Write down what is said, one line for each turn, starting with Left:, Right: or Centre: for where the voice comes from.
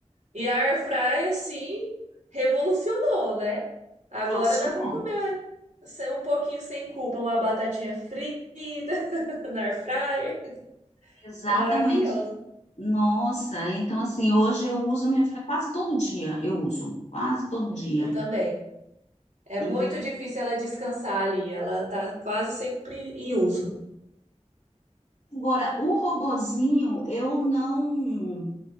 Right: E a air fry assim, revolucionou, né? Agora
Left: Revolucionário.
Right: dá para comer se- um pouquinho sem culpa, uma batatinha frita <laughs> na air fryer.
Left: Exatamente.
Right: É maravilhoso.
Left: Nossa, então assim, hoje eu uso minha air quase todo dia, eu uso, quase todo dia.
Right: Eu também. É
Left: E
Right: muito difícil ela descansar ali, ela tá quase sempre em uso.
Left: agora o robozinho eu não